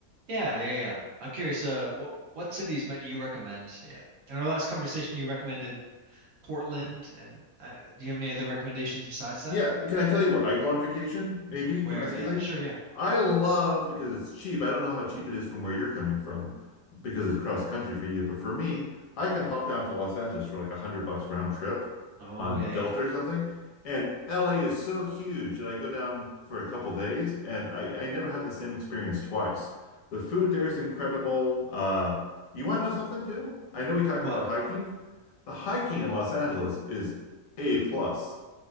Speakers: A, on the right (about 65°); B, on the left (about 65°).
A: Yeah, yeah, yeah. I'm curious. Uh, what what cities might you recommend? Yeah. In our last conversation, you recommended. Portland, and uh, do you have any other recommendations besides that?
B: Yeah, can I tell you where I go on vacation, maybe domestically?
A: Where, yeah, sure, yeah.
B: I love because it's cheap. I don't know how cheap it is from where you're coming from because it's cross country for you, but for me, I can pop down to Los Angeles for like a hundred bucks round trip
A: Oh,
B: on
A: yeah,
B: Delta
A: yeah.
B: or something. And LA is so huge that I go down for a couple days and I, I never have the same experience twice. The food there is incredible. Uh, you want to know something too? I know we talked
A: What?
B: about hiking. The hiking in Los Angeles is A plus.